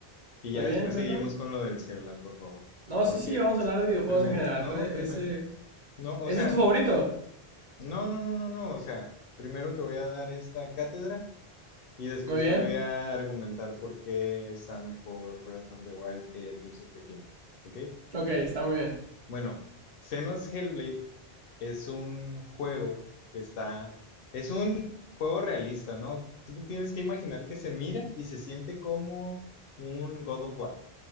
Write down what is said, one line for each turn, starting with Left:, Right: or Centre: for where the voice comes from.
Left: Y
Right: Muy
Left: ya
Right: bien,
Left: después
Right: cuéntame.
Left: seguimos con lo del Zelda, por favor.
Right: No, sí,
Left: Porque
Right: sí, vamos a hablar de videojuegos
Left: primero,
Right: en general.
Left: no,
Right: ¿Cuál es
Left: primero,
Right: ese?
Left: no, o
Right: ¿Ese
Left: sea,
Right: es tu favorito?
Left: No, no, no, no, no. O sea, primero te voy a dar esta cátedra y después
Right: Muy bien.
Left: te voy a argumentar por qué está mejor Breath of the Wild que Tears of the Kingdom. ¿Ok?
Right: Ok, está muy bien.
Left: Bueno, Xenos Hellblade es un juego que está. Es un juego realista, ¿no? Tú te tienes que imaginar que se mira y se siente como un God of War